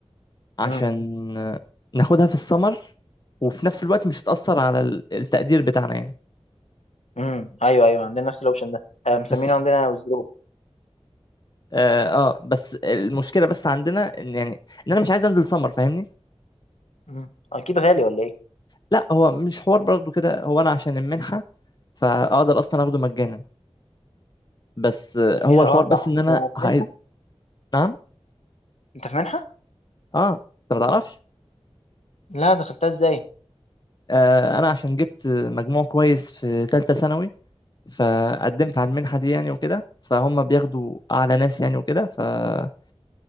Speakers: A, on the left; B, on the left.
A: عشان
B: امم
A: آه، ناخدها في السمر وفي نفس الوقت مش هتأثر على ال- التقدير بتاعنا يعني
B: امم ايوه ايوه عندنا نفس الاوبشن ده آه، مسمينه
A: بس
B: عندنا وزرو
A: اه آه، بس المشكله بس عندنا ان يعني ان انا مش عايز انزل سمر فاهمني
B: مم. اكيد غالي ولا ايه؟
A: لا هو مش حوار برضه كده هو انا عشان المنحه فاقدر اصلا اخده مجانا بس آه، هو
B: ايه ده
A: الحوار
B: اه
A: بس
B: صح
A: ان
B: انت
A: انا
B: في
A: عايز
B: منحه؟
A: نعم
B: انت في منحه؟
A: اه انت ما تعرفش
B: لا دخلتها ازاي؟
A: آه، انا عشان جبت مجموع كويس في ثالثه ثانوي فقدمت على المنحة دي يعني وكده فهم بياخدوا أعلى ناس يعني وكده فدخلت